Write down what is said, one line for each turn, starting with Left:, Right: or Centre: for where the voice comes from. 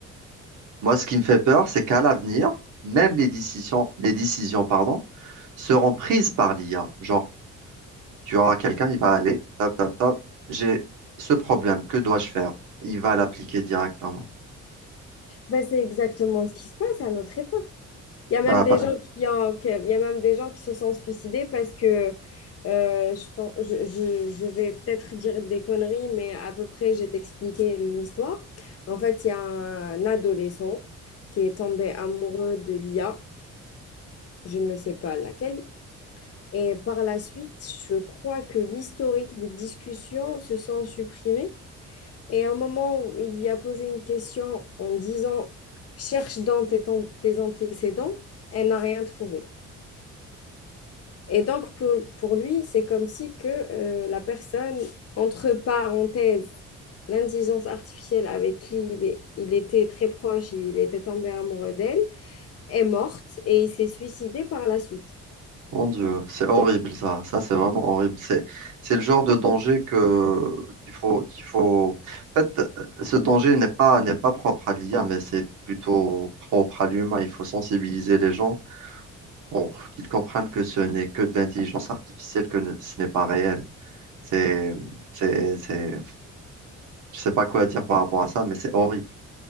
Right: Moi, ce qui me fait peur, c'est qu'à l'avenir, même les décisions, les décisions, pardon, seront prises par l'IA. Genre, tu auras quelqu'un, il va aller, top, top, top, j'ai ce problème, que dois-je faire? Il va l'appliquer directement.
Left: Ben, c'est exactement ce qui se passe à notre époque. Il y a
Right: Bah,
Left: même des
Right: pa-
Left: gens qui ont, que- il y a même des gens qui se sont suicidés parce que euh, je pense, je, je- je vais peut-être dire des conneries, mais à peu près, je vais t'expliquer l'histoire. En fait, il y a un adolescent qui est tombé amoureux de l'IA, je ne sais pas laquelle. Et par la suite, je crois que l'historique des discussions se sont supprimés. Et au moment où il lui a posé une question en disant, cherche dans tes, ton- tes antécédents, elle n'a rien trouvé. Et donc, pour, pour lui, c'est comme si que euh, la personne, entre parenthèses, l'intelligence artificielle avec qui il, est- il était très proche, il était tombé amoureux d'elle, est morte et il s'est suicidé par la suite.
Right: Mon Dieu, c'est horrible ça. Ça, c'est vraiment horrible. C'est, c'est le genre de danger que qu'il faut, qu'il faut. En fait, ce danger n'est pas, n'est pas propre à l'IA, mais c'est plutôt propre à l'humain. Il faut sensibiliser les gens pour qu'ils comprennent que ce n'est que de l'intelligence artificielle, que ne- ce n'est pas réel. C'est, c'est, c'est. Je sais pas quoi dire par rapport à ça, mais c'est horrible.